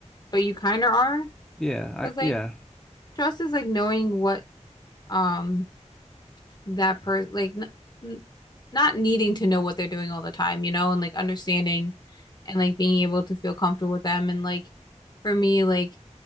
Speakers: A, on the left; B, in the centre.
A: but you kind of are.
B: yeah I,
A: Because like
B: yeah
A: trust is like knowing what um that person like n n not needing to know what they're doing all the time, you know, and like understanding and like being able to feel comfortable with them and like for me like